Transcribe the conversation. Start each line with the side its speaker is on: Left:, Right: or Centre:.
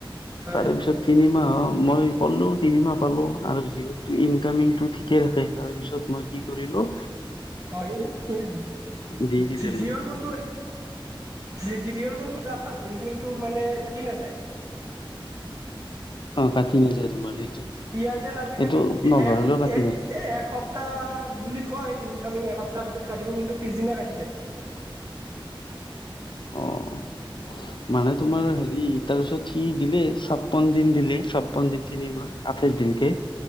Right: হয়
Left: তাৰে পিছত তিনিমাহ মই। পালোঁ তিনিমাহ পালোঁ আৰু জি অতো ইনকামিংটো ঠিকে থাকে তাৰ পিছত মই কি কৰিলোঁ।
Right: অহ ই
Left: দি দিলে
Right: জি জিঅতো
Left: মোক
Right: কিন্তু এই জি অ গুণটো এটা ভাল ইনকামিটো মানে তিনি কাটি।
Left: অহ কাটি নাযায় তোমাৰ সেইটো।
Right: এয়াৰটেল আজিকালি
Left: সেইটো নভৰালেও
Right: এক
Left: কাটি
Right: এ এসপ্ত।
Left: নাযায়
Right: এসপ্তাহ বুলি কয় ইনকামিং এসপ্তাহ ভিতৰত কাটিব কিন্তু পিছদিনা কাটি দিয়ে।
Left: অহ মানে তোমাৰ হেৰি তাৰপিছত সি দিলে ছাপ্পন দিন দিলে ছাপ্পন দিন তিনি মাহ। আঠাইশ দিনকে